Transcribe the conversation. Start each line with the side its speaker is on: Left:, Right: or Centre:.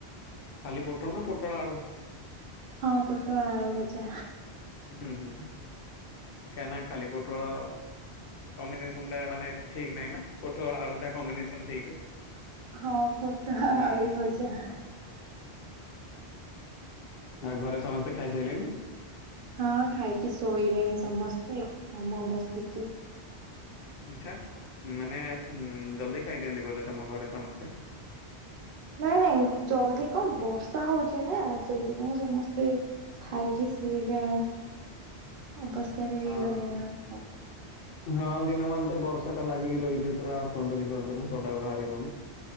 Left: ଖାଲି ପୋଟଳ ନା ପୋଟଳ ଆଳୁ।
Right: ହଁ ପୋଟଳ ଆଳୁ ଭଜା।
Left: ହୁଁ ହୁଁ ଖାନା ଖାଲି ପୋଟଳ। କମ୍ବିନେସନ ଟା ମାନେ ଠିକ୍ ନାହିଁ ନା ପୋଟଳ ଆଳୁ ଟା କମ୍ବିନେସନ ଠିକ୍ ଅଛି।
Right: ହଁ ପୋଟା
Left: ହୁଁ
Right: ଆଳୁ ଭଜା।
Left: ଆ ଘରେ ସମସ୍ତେ ଖାଇସାରିଲେଣି?
Right: ହଁ ଖାଇକି ଶୋଇଲେଣିିଁ ସମସ୍ତେ ତ ମୁଁ ବସିଛି।
Left: ଆଚ୍ଛା ମାନେ ଜଲ୍ଦି ଖାଇଦିଅନ୍ତି ବୋଧେ ତମ ଘରେ ସମସ୍ତେ।
Right: ନାଇଁ ନାଇଁ ଜଲ୍ଦି କଣ ବର୍ଷା ହଉଛି ନା ସେଇଥିପାଇଁ ସମସ୍ତେ ଖାଇକି ଶୋଇବା ଅବସ୍ଥାରେ ହେଇଗଲାଣି
Left: ହଁ
Right: ଆଉ।
Left: ହଁ ଦିନମାନ ତ ବର୍ଷା ଟା ଲାଗିକି ରହିଛି ପୁରା କୁହନ୍ତୁନି କୁହନ୍ତୁନି ପଦାକୁ ବାହାରି ହଉନି।